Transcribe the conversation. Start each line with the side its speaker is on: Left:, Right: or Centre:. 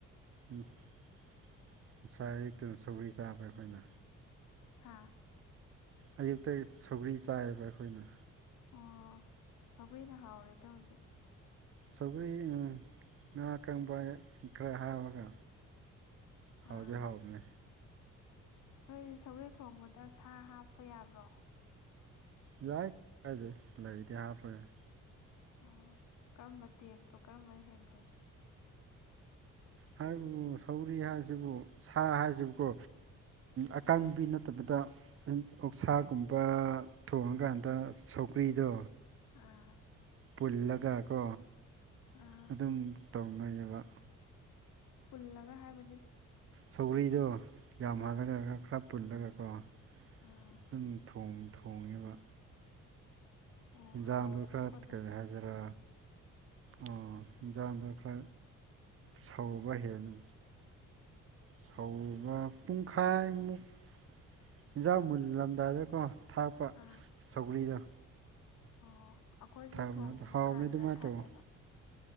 Right: ꯎꯝ ꯉꯅꯨꯡꯁꯥ ꯑꯛꯇꯨꯅ ꯁꯧꯒꯔꯤ ꯆꯥꯕ ꯑꯩꯈꯣꯏꯅ
Left: ꯍꯥ
Right: ꯑꯌꯨꯛꯇ ꯁꯧꯒ꯭ꯔꯤ ꯆꯥꯏꯌꯦꯕ ꯑꯩꯈꯣꯏꯅ
Left: ꯑꯣ ꯁꯒꯔꯤꯗ ꯍꯥꯎꯔꯦꯗ ꯍꯧꯖꯤꯛ
Right: ꯁꯒꯔꯤ ꯉ ꯀ ꯀꯥꯡꯕ ꯈꯔ ꯍꯥꯥꯎꯒ ꯍꯣꯏꯖꯍꯥꯎꯅꯦ
Left: ꯑꯥ ꯅꯣꯏꯗꯤ ꯁꯧꯒꯔꯤ ꯊꯣꯡꯕꯗ ꯁꯥ ꯍꯥꯞꯄ ꯌꯥꯕ꯭ꯔꯣ
Right: ꯌꯥꯏ ꯀ ꯂꯩꯗꯤ ꯍꯥꯞꯄ ꯌꯥꯅꯦ
Left: ꯑꯣ ꯀꯔꯝꯕ ꯇꯦꯁꯇꯣ ꯀꯔꯝꯕ ꯍꯦꯟꯒꯦ
Right: ꯍꯥꯏꯕꯨ ꯁꯧꯔꯤ ꯍꯥꯏꯁꯤꯕꯨ ꯁꯥ ꯍꯥꯏꯁꯤꯕꯨꯀꯣ ꯑꯀꯪꯕꯤ ꯅꯠꯇꯕꯗ ꯑꯣꯛꯁꯥꯒꯨꯝꯕ ꯊꯣꯡꯉꯀꯥꯟꯗ ꯁꯧꯀ꯭ꯔꯤꯗꯣ
Left: ꯑꯥ
Right: ꯄꯨꯜꯂꯒꯀꯣ
Left: ꯑꯥ
Right: ꯑꯗꯨꯝ ꯇꯧꯅꯩꯑꯌꯦꯕ
Left: ꯄꯨꯜꯂꯒ ꯍꯥꯏꯕꯗꯤ
Right: ꯁꯧꯒ꯭ꯔꯤꯗꯣ ꯌꯥꯝꯍꯜꯂꯒꯒ
Left: ꯑꯥ
Right: ꯈꯔ ꯄꯨꯜꯂꯒꯀꯣ ꯑꯗꯨꯝ
Left: ꯑꯥ
Right: ꯊꯣꯡ ꯊꯣꯡꯉꯤꯕ
Left: ꯑꯣ
Right: ꯌꯦꯟꯁꯥꯡꯗ
Left: ꯍꯥꯎꯋꯦꯕꯀꯣ
Right: ꯈꯔ
Left: ꯑꯗꯨꯝ
Right: ꯀꯔꯤ ꯍꯥꯏꯖꯔꯥ ꯑꯣ ꯖ ꯑꯗꯔ ꯈ ꯁꯥꯎꯕ ꯍꯅ ꯁꯧꯕ ꯄꯨꯡꯈꯥꯏꯃꯨꯛ ꯌꯦꯟꯖꯥꯡ ꯃꯨꯜꯂꯝꯗꯥꯏꯗꯀꯣ ꯊꯥꯛꯄ
Left: ꯑꯥ
Right: ꯁꯧꯒꯂꯤꯗ
Left: ꯑꯣ ꯑꯩꯈꯣꯏꯁꯨ
Right: ꯊꯥꯕꯅ
Left: ꯊꯣꯡꯕ
Right: ꯍꯥꯎꯕꯅꯦ
Left: ꯀꯥꯟꯗ
Right: ꯑꯗꯨꯃꯥꯏꯅ
Left: ꯊꯥꯛꯑꯦꯕ
Right: ꯇꯧ